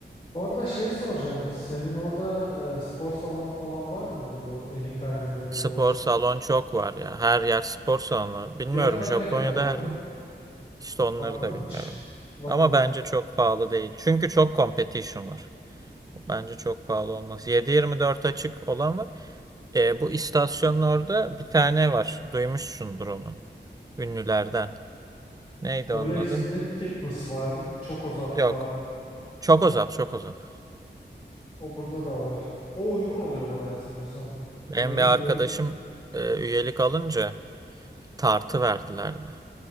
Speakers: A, on the left; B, on the right.
A: Orada şey soracağım. Senin orada e, spor salonu falan var mıydı bu Anytime'dır ya
B: Spor
A: da başka
B: salon
A: bir şey?
B: çok var ya. Her yer spor salonu.
A: Fiyatlar
B: Bilmiyorum Japonya'da
A: ne kadar orada?
B: her yer. İşte onları
A: Baktın
B: da
A: mı
B: bilmiyorum.
A: hiç? Bakmadım.
B: Ama bence çok pahalı değil. Çünkü çok competition var. Bence çok pahalı olmaz. yedi yirmi dört açık olan var. E, bu istasyonun orada bir tane var. Duymuşsundur onu. Ünlülerden. Neydi
A: Söyle
B: onun adı?
A: ismini. Tipness var. Çokozap
B: Yok.
A: var.
B: Çokozap, Çokozap.
A: O burada da var. O uygun oluyor bayağı sanıyorsam.
B: Benim
A: Ona gitmiyorum.
B: bir arkadaşım
A: ben. de.
B: e, üyelik alınca tartı verdilerdi.